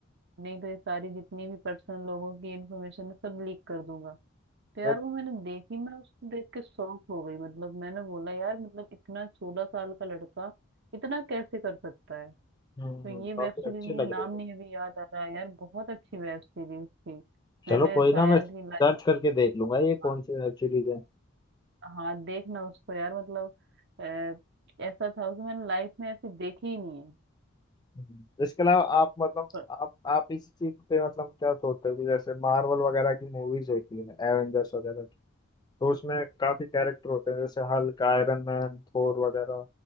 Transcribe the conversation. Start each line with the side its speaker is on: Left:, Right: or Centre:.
Right: नहीं तो ये सारी जितनी भी पर्सनल लोगों की इंफॉर्मेशन है सब लीक कर दूंगा तो यार
Left: अरे,
Right: वो मैंने देखी मैं उसको देख के शॉक हो गई मतलब मैंने बोला यार मतलब इतना सोलह साल का लड़का इतना कैसे कर सकता है
Left: हम्म
Right: तो ये वेब
Left: काफी
Right: सीरीज
Left: अच्छे
Right: मुझे
Left: लग
Right: नाम
Left: रहे हैं
Right: नहीं अभी याद आ रहा है यार बहुत अच्छी वेब सीरीज थी
Left: चलो
Right: मैंने
Left: कोई
Right: शायद
Left: ना मैं
Right: ही लाइफ
Left: सर्च करके देख लूंगा ये
Right: हाँ
Left: कौन सी वेब सीरीज है
Right: हाँ, देखना उसको यार मतलब अ, ऐसा था उसको मैंने लाइफ में ऐसी देखी ही नहीं है
Left: हम्म। इसके अलावा आप मतलब
Right: पर-
Left: आप आप इस चीज पे मतलब क्या सोचते हो कि जैसे मार्वल वगैरह की मूवीज होती है एवेंजर्स वगैरह तो उसमें काफी कैरेक्टर होते हैं जैसे हल्क आयरन मैन थोर वगैरह